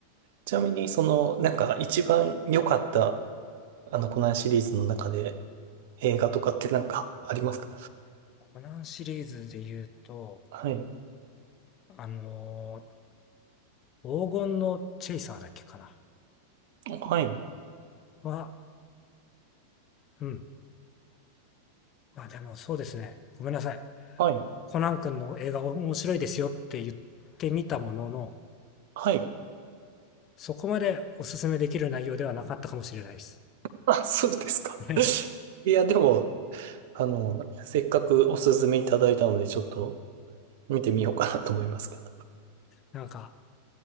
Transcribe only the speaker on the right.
ちなみに、その、なんか一番良かった、あの、コナンシリーズの中で映画とかってなんかありますか
はい。
はい。
はい。
はい。
あ、そうですか。
いや、でも、あの、せっかくおすすめいただいたので、ちょっと見てみようかなと思いますけど。